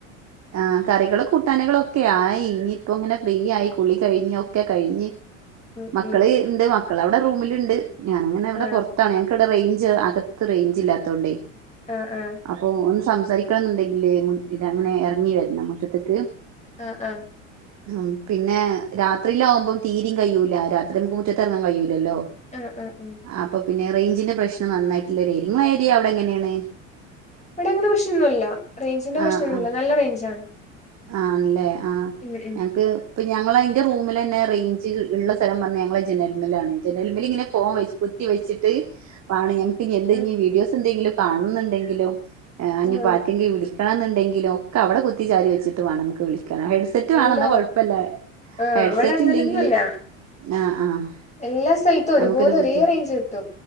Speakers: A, on the right (about 45°); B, on the left (about 15°).
A: ആഹ് കറികളും കൂട്ടാനുകളും ഒക്കെ ആയി, ഇനി ഇപ്പ ഇങ്ങനെ ഫ്രീ ആയി കുളി കഴിഞ്ഞഞ് ഒക്കെ കഴിഞ്ഞ്
B: ഉം
A: മക്കള്
B: ഉം
A: ഇണ്ട് മക്കൾ അവിടെ റൂമിലുണ്ട് ഞാന് അങ്ങനെ ഇവിടെ
B: ആഹ്
A: പുറത്താണ് ഞങ്ങക്ക് ഇവിടെ റേഞ്ച് അക ത്ത് റേഞ്ച് ഇല്ലാത്തോണ്ടേ
B: ആഹ് ആഹ്
A: അപ്പൊ ഒന്ന് സംസാരിക്കണം എന്ന് ഒണ്ടെങ്കില് മുന് അങ്ങനെ ഇറങ്ങി വരണം മുറ്റത്തക്ക്
B: ആഹ് ആഹ്
A: ഉം പിന്നെ രാത്രിയില് ആകുമ്പം തീരിം കഴൂല, രാത്രി നമുക്ക് മുറ്റത്ത് ഇറങ്ങാൻ കഴിയൂലല്ലോ
B: ആഹ് ആഹ് ഉം
A: അപ്പ പിന്നെ റേഞ്ചിന്റെ പ്രശ്നം നന്നായിട്ട് ഉള്ളൊരു ഏരിയ നിങ്ങടെ ഏരിയ അവിടെ എങ്ങനെ ഏണ്
B: ഇവിടെ അങ്ങനെ പ്രശ്നം ഒന്നുല്ല, റേഞ്ചിന്റെ പ്രശ്നം
A: ആ
B: ഒന്നുല്ല
A: ആ
B: നല്ല റേഞ്ചാണ്
A: ആണല്ലേ ആഹ്
B: ഉം ഉം
A: ഞങ്ങക്ക് ഇപ്പൊ ഞങ്ങള ന്റെ റൂമിലെന്നെ റേഞ്ച് ഉള്ള സ്ഥലം എന്ന് പറഞ്ഞ ഞങ്ങൾ ജനൽ മേൽ ആണ് ജനലുമേൽ ഇങ്ങനെ ഫോണ് വെച്ച് കുത്തി വെച്ചിട്ട് വാണം നമുക്ക് ഇഞ് എന്തെങ്കിലും
B: ആഹ്
A: വീഡിയോസ് എന്തെങ്കിലും കാണണം ന്നുടെങ്കിലും ഇനി
B: ആഹ്
A: ഇപ്പ ആർക്ക് എങ്കിലും വിളിക്കണം എന്ന് ഒണ്ടെങ്കിലും ഒക്കെ അവിടെ കു ത്തി ചാരി വച്ചിട്ട് വേണം നമുക്ക് വിളിക്കാൻ ഹെഡ് സെറ്റ് വേണം,
B: ഇല്ല
A: ന്ന കൊഴപ്പല്ല
B: ആഹ്
A: ഹെഡ്സെറ്റ്
B: ഇവിടെ അങ്ങനൊന്നുല്ല
A: ഇല്ലെങ്കില് ആഹ് ആഹ്
B: എല്ലാ സ്ഥലത്തും ഒരുപോലെ
A: നമുക്കൊരു ബുദ്ധി
B: ഒരേ റേഞ്ച് കിട്ടും